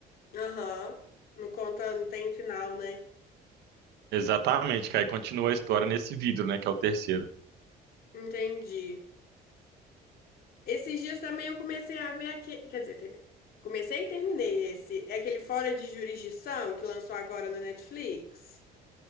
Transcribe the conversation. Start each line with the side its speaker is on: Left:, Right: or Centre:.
Left: Aham. Não conta, não tem final, né?
Right: Exatamente, que aí continua a história nesse vidro, né? Que é o terceiro.
Left: Entendi. Esses dias também eu comecei a ver aqui, quer dizer, te- comecei e terminei esse, é aquele Fora de Jurisdição que lançou agora na Netflix.